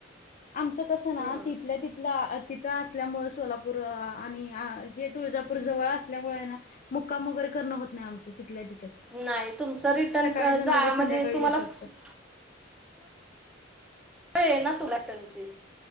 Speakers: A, on the left; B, in the centre.
A: आमचं कसं ना
B: हम्म.
A: तिथल्या तिथला तिथं असल्यामुळं सोलापूर आणि हे तुळजापूर जवळ असल्यामुळं आहे ना मुक्काम वैगरे करन होत नाही आमच तिथल्या तिथच
B: नाही तुमचं रिटर्न
A: सकाळी जाऊन
B: जा
A: लगेच
B: म्हणजे
A: संध्याकाळी
B: तुम्हाला
A: येऊ
B: सो-
A: शकतो
B: सवय आहे ना तुला टंची